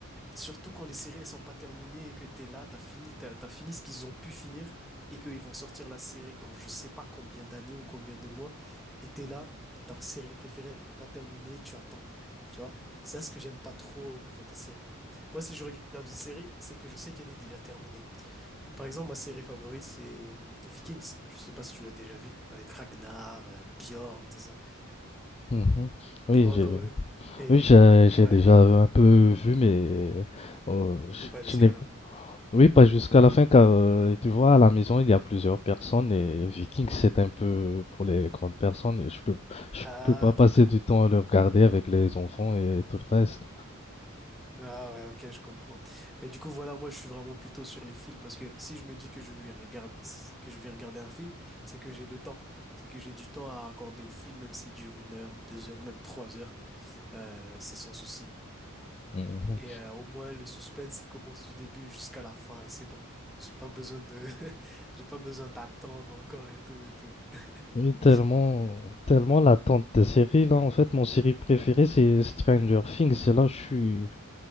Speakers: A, in the centre; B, on the left (about 30°).
A: Surtout quand les séries elles sont pas terminées et que t'es là, t'as fini, t'as, t'as fini ce qu'ils ont pu finir et qu'ils vont sortir la série dans je sais pas combien d'années ou combien de mois et t'es là, ta série préférée elle est pas terminée, tu attends, tu vois. C'est ça ce que j'aime pas trop au niveau des séries. Moi si je regarde une série, c'est que je sais qu'elle est déjà terminée. Comme par exemple ma série favorite c'est hum, Vikings. Je sais pas si tu l'as déjà vu avec Ragnar, euh, Bjorn, tout ça.
B: Mhm. Oui,
A: T'as pas
B: j'ai-
A: encore vu? Et
B: Oui, j'ai
A: hmm,
B: j'ai
A: ouais
B: déjà
A: voilà,
B: un peu vu, mais euh, je,
A: pas jusqu'à
B: je n'ai
A: là.
B: oui pas jusqu'à la fin car euh, tu vois à la maison il y a plusieurs personnes et Vikings c'est un peu pour les grandes personnes et je peux je
A: Ah
B: peux pas passer
A: d'accord.
B: du temps à le regarder avec les enfants et tout le reste.
A: Ah ouais, ok, je comprends. Mais du coup, voilà, moi, je suis vraiment plutôt sur les films parce que si je me dis que je vais regarder, que je vais regarder un film, c'est que j'ai le temps. C'est que j'ai du temps à accorder au film, même s'il dure une heure, deux heures, même trois heures. Euh, c'est sans souci.
B: Mhm.
A: Et euh, au moins, le suspense, il commence du début jusqu'à la fin et c'est bon. J'ai pas besoin de, <laughs> j'ai pas besoin d'attendre encore et tout et tout.
B: Oui,
A: <laughs>
B: tellement tellement l'attente des séries là en fait mon série préférée c'est Stranger Things et là je suis